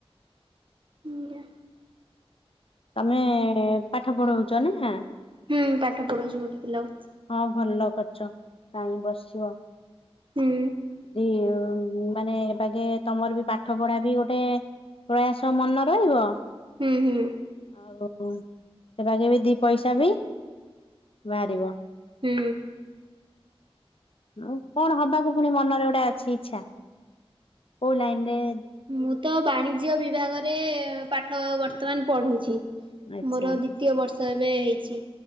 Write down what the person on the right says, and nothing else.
ଆଜ୍ଞା।
ହୁଁ ପାଠ ପଢଉଛଚି ଗୋଟେ ପିଲାକୁ।
ହୁଁ
ହୁଁ ହୁଁ
ହୁଁ।
ମୁଁ ତ ବାଣିଜ୍ୟ ବିଭାଗରେ ପାଠ ବର୍ତ୍ତମାନ ପଢୁଛି।
ମୋର ଦ୍ଵିତୀୟ ବର୍ଷ ଏବେ ହେଇଛି।